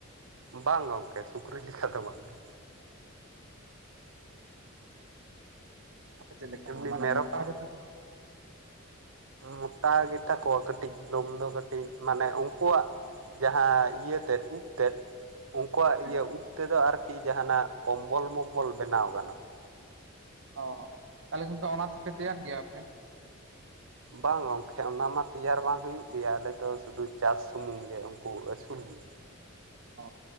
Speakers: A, on the right; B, on the right.
A: ᱵᱟᱝ ᱜᱚᱝᱠᱮ ᱥᱩᱠᱨᱤ ᱞᱮᱠᱟ ᱫᱚ ᱵᱟᱝᱜᱮ᱾
B: ᱟᱯᱮ ᱪᱮᱫ ᱞᱮᱠᱟ
A: ᱮᱢᱱᱤ
B: ᱢᱟᱱᱮ
A: ᱢᱮᱨᱚᱢ
B: ᱢᱚᱴᱟ
A: ᱠᱚ
B: ᱜᱮᱛᱟ ᱠᱚᱣᱟ?
A: ᱢᱚᱴᱟ ᱜᱮᱛᱟ ᱠᱚᱣᱟ ᱠᱟᱹᱴᱤᱡ ᱞᱳᱢ ᱫᱚ ᱠᱟᱹᱴᱤᱡ ᱢᱟᱱᱮ ᱩᱝᱠᱩᱣᱟᱜ ᱡᱟᱦᱟᱸ ᱤᱭᱟᱹ ᱛᱮᱫ ᱩᱵ ᱛᱮᱫ᱾ ᱳᱝᱠᱳᱣᱟᱜ
B: ᱦᱮᱸ
A: ᱤᱭᱟᱹ ᱩᱵ ᱛᱮᱫᱚ ᱟᱨᱠᱤ ᱡᱟᱸᱦᱟᱱᱟᱜ ᱠᱚᱢᱵᱚᱞ-ᱢᱚᱢᱵᱚᱞ ᱵᱮᱱᱟᱣ ᱜᱟᱱᱚᱜᱼᱟ᱾
B: ᱚ ᱦᱚ ᱛᱟᱦᱚᱞᱮ ᱜᱚᱝᱠᱮ ᱚᱱᱟ ᱛᱮᱯᱮ ᱛᱮᱭᱟᱨ ᱜᱮᱭᱟ ᱟᱯᱮ?
A: ᱵᱟᱝ ᱜᱚᱝᱠᱮ ᱚᱱᱟᱢᱟ ᱛᱮᱭᱟᱨ ᱵᱟᱝ ᱦᱩᱭᱩᱜ ᱜᱮᱭᱟ, ᱟᱞᱮ ᱫᱚ ᱥᱩᱫᱷᱩ ᱪᱟᱥ ᱥᱩᱢᱩᱝ ᱜᱮ ᱩᱝᱠᱩ ᱟᱹᱥᱩᱞ ᱜᱮ᱾
B: ᱚ